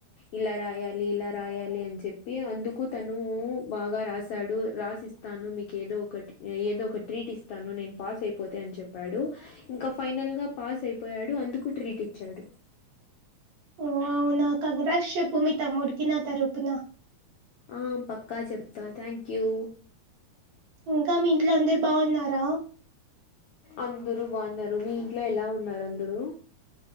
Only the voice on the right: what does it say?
వావ్ నా కంగ్రాట్స్ చెప్పు మీ తమ్ముడు కి నా తరఫున
ఇంకా మీ ఇంట్లో అందరు బాగున్నారా